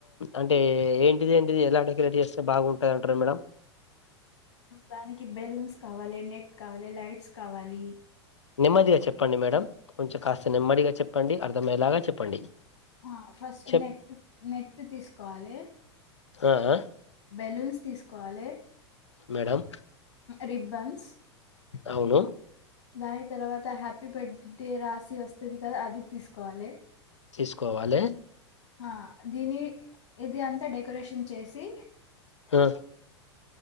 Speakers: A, on the left; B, on the left.
A: అంటే ఏంటిది ఏంటిది ఎలా డెకరేట్ చేస్తే బాగుంటంది. అంటారు మేడం
B: దానికి బెలూన్స్ కావాలి. నెట్ కావాలి. లైట్స్ కావాలి.
A: నెమ్మదిగా చెప్పండి. మేడం కొంచెం కాస్త నెమ్మదిగా చెప్పండి అర్థమయ్యేలాగా చెప్పండి.
B: ఆ ఫస్ట్
A: చెప్
B: నెట్ నెట్ తీసుకోవాలి.
A: ఆహా
B: బెలూన్స్ తీసుకోవాలి.
A: మేడమ్
B: రిబ్బన్స్
A: అవును
B: దాని తర్వాత హ్యాపీ బర్త్ డే రాసి వస్తుది. కదా అది తీసుకోవాలి.
A: తీసుకోవాలే
B: ఆ దీని ఇది అంతా డెకరేషన్ చేసి
A: ఆ